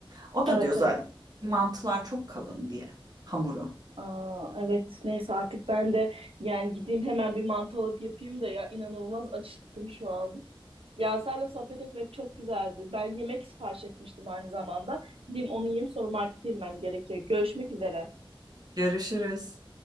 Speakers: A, on the right (about 45°); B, on the right (about 80°).
A: O
B: Evet
A: da diyor zaten
B: evet.
A: mantılar çok kalın diye hamuru.
B: Aa, evet neyse artık ben de yani gideyim hemen bir mantı alıp yapayım da ya inanılmaz açıktım şu an. Ya seninle sohbet etmek çok güzeldi. Ben yemek sipariş etmiştim aynı zamanda. Gideyim onu yiyeyim sonra markete inmem gerekiyor. Görüşmek üzere.
A: Görüşürüz.